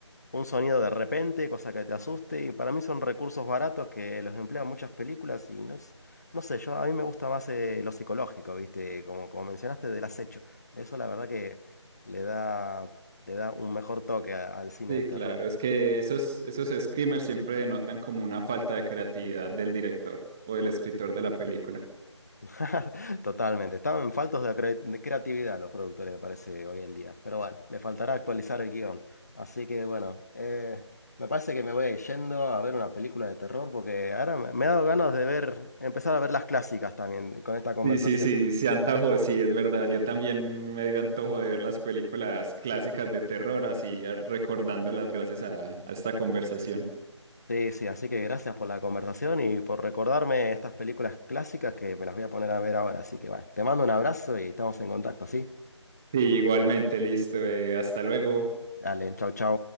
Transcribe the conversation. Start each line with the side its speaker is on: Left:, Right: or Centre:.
Left: un sonido de repente, cosa que te asuste, y para mí son recursos baratos que los emplean muchas películas y no, s- no sé, yo a mí me gusta más eh, lo psicológico, ¿viste? Como, como mencionaste, del acecho. Eso la verdad que le da, le da un mejor toque a- al cine
Centre: Sí,
Left: del
Centre: claro,
Left: terror.
Centre: es que esos, esos screamers siempre denotan como una falta de creatividad del director o del escritor de la película.
Left: <laughs> Totalmente. Estaban faltos de, cre- de creatividad los productores, me parece, hoy en día. Pero bueno, le faltará actualizar el guión. Así que bueno, eh, me parece que me voy a ir yendo a ver una película de terror porque ahora me, me ha dado ganas de ver, empezar a ver las clásicas también con esta conversación.
Centre: Sí, sí, sí, sí, antojo, sí, es verdad. Yo también me dio antojo de ver las películas clásicas de terror, así a- recordándolas gracias a, a esta conversación.
Left: Sí, sí, así que gracias por la conversación y por recordarme estas películas clásicas que me las voy a poner a ver ahora. Así que bueno, te mando un abrazo y estamos en contacto, ¿sí?
Centre: Sí, igualmente, listo. eh, hasta luego.
Left: Dale, chau, chau.